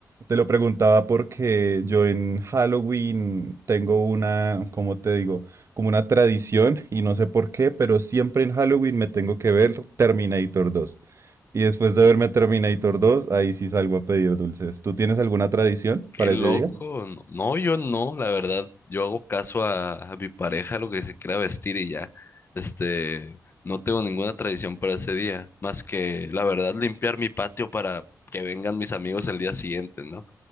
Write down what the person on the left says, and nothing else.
Qué
loco.
No, no, yo no, la verdad. Yo hago caso a, a mi pareja, lo que se quiera vestir y ya. Este, no tengo ninguna tradición para ese día, más que, la verdad, limpiar mi patio para que vengan mis amigos el día siguiente, ¿no?